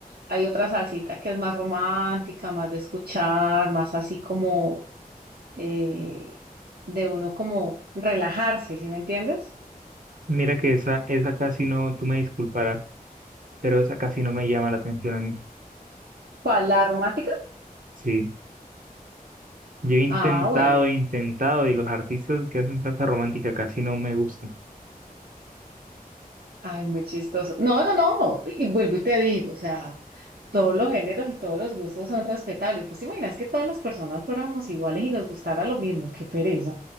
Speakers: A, on the right (about 85°); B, on the right (about 60°).
A: Hay otra salsita que es más romántica, más de escuchar, más así como eh, de uno como relajarse, ¿sí me entiendes?
B: Mira que esa, esa casi no, tú me disculparás, pero esa casi no me llama la atención a mí.
A: ¿Cuál? ¿La romántica?
B: Sí. Yo he intentado,
A: Ah, bueno.
B: he intentado, y los artistas que hacen salsa romántica casi no me gustan.
A: Ay, muy chistoso. No, no, no. no. Y vuelvo y te digo, o sea, todos los géneros y todos los gustos son respetables. Pues te imaginas que todas las personas fuéramos iguales y nos gustara lo mismo. Qué pereza.